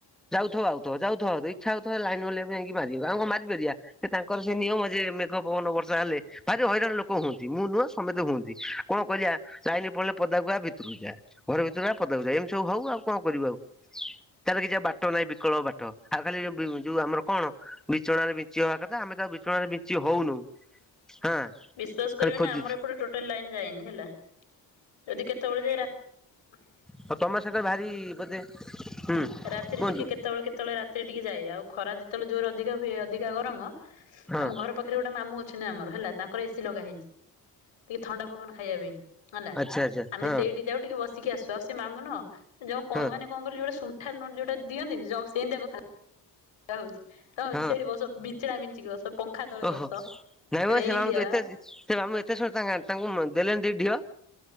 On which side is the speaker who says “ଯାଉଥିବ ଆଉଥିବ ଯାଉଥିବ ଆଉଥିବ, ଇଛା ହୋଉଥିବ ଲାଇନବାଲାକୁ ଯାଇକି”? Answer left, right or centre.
Centre